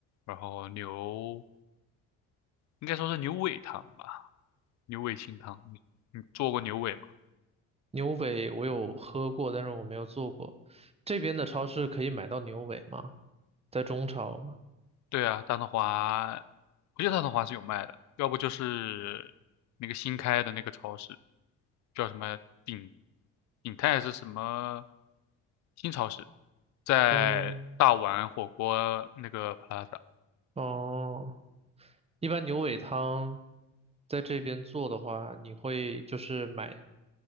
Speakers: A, on the left (about 60°); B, on the right (about 20°).
A: 然后牛，应该说是牛尾汤吧，牛尾清汤。你你做过牛尾吗？
B: 牛尾我有喝过，但是我没有做过。这边的超市可以买到牛尾吗？在中超吗？
A: 对啊，大统华，我记得大统华是有卖的，要不就是那个新开的那个超市，叫什么鼎鼎泰是什么新超市，在大碗火锅那个
B: 中，
A: Plaza。
B: 哦。一般牛尾汤在这边做的话，你会就是买，